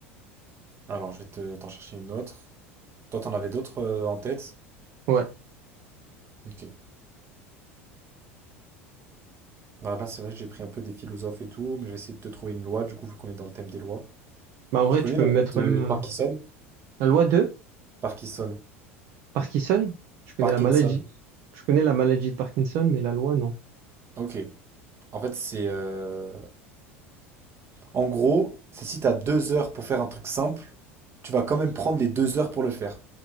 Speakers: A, on the right; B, on the right.
A: Alors, je vais te, t'en chercher une autre. Toi, t'en avais d'autres euh, en tête?
B: Ouais.
A: Ok. Alors là, c'est vrai que j'ai pris un peu des philosophes et tout, mais je vais essayer de te trouver une loi, du coup, vu qu'on est dans le thème des lois.
B: Bah, en vrai,
A: Tu connais
B: tu peux
A: la
B: me
A: loi
B: mettre
A: de
B: même euh,
A: Parkinson?
B: la loi de
A: Parkinson.
B: Parkinson. Je connais
A: Parkinson.
B: la maladie. Je connais la maladie de Parkinson, mais la loi, non.
A: Ok. En fait, c'est euh, En gros, c'est si t'as deux heures pour faire un truc simple, tu vas quand même prendre les deux heures pour le faire.